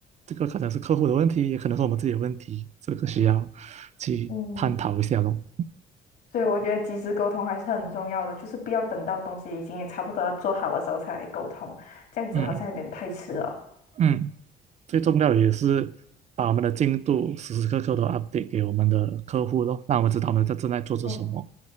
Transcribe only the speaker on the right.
这个可能是客户的问题，也可能是我们自己的问题，这个需要去探讨一下咯。
嗯嗯。最重要的也是把我们的进度时时刻刻都 update 给我们的客户咯，让我们知道我们在正在做着什么。